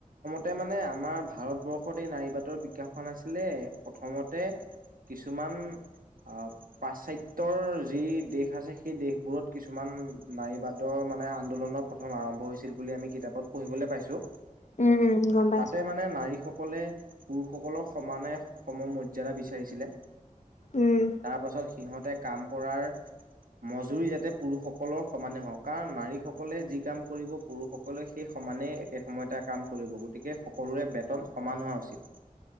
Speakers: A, on the right (about 85°); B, on the left (about 55°).
A: তে মানে আমাৰ ভাৰতবৰ্ষত এই নাৰীবাদৰ বিকাশ হোৱা নাছিলে প্ৰথমতে কিছুমান অহ পাশ্চাত্যৰ যি দেশ আছে সেই দেশবোৰত কিছুমান নাৰীবাদৰ মানে আন্দোলনৰ প্ৰথম আৰম্ভ হৈছিল বুলি আমি কিতাপত পঢ়িবলৈ পাইছো।
B: উম উম গম পাইছো
A: তাতে মানে নাৰী সকলে পুৰুষসকলৰ সমানে সম মৰ্যাদা বিচাৰিছিলে।
B: উম উম
A: তাৰ পাছত সিহঁতে কাম কৰাৰ মজুৰি যাতে পুৰুষসকলৰ সমানে হওক কাৰণ নাৰীসকলে যি কাম কৰিব পুৰুষসকলে সেই সমানে একে সময়তে কাম কৰিব ।গতিকে সকলোৰে বেতন সমান হোৱা উচিত।